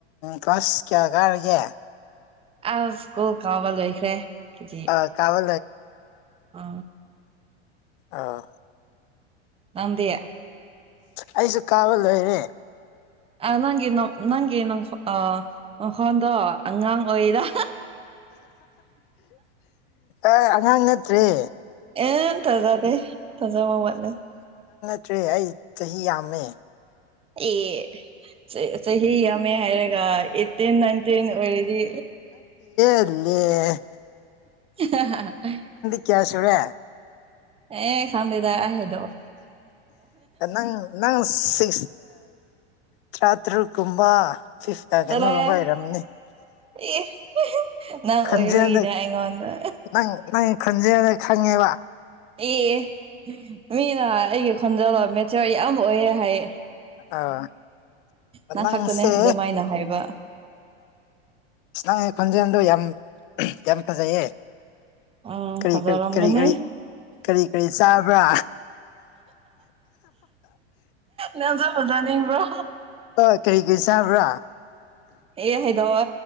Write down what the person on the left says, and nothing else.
ꯀ꯭ꯂꯥꯁ ꯀꯌꯥ ꯀꯥꯔꯒꯦ
ꯑ ꯀꯥꯕ
ꯑꯥ
ꯑꯩꯁꯨ ꯀꯥꯕ ꯂꯣꯏꯔꯦ
ꯑ ꯑꯉꯥꯡ ꯅꯠꯇ꯭꯭ꯔꯔꯤ
ꯇ꯭ꯔꯦ ꯑꯩ ꯆꯍꯤ ꯌꯥꯝꯃꯦ
ꯂꯩꯦ
ꯀꯌꯥꯁꯋꯦ
ꯅꯪ ꯅꯪ ꯁꯤ ꯇꯔꯥꯇꯔꯨꯛꯀꯨꯝꯕ ꯐ ꯀꯩꯅꯣꯒꯨꯝꯕ
ꯍꯔꯝꯅꯤ
ꯈꯣꯟꯖꯦꯜꯗ
ꯅꯪ ꯅꯪ ꯈꯣꯟꯖꯦꯜꯗ ꯈꯪꯉꯦꯕ
ꯑꯥ
ꯅꯁ
ꯑ ꯈꯣꯟꯖ ꯑꯣ ꯌꯥꯝ ꯌꯥꯝ ꯐꯖꯩꯌꯦ
ꯀꯔꯤ
ꯀꯔꯤ
ꯀꯔꯤ
ꯀꯔꯤ ꯀꯔꯤ ꯀꯔꯤ ꯆꯥꯕ꯭ꯔꯥ
ꯍꯣꯏ ꯀꯔꯤ ꯀꯔꯤ ꯆꯥꯕ꯭ꯔꯥ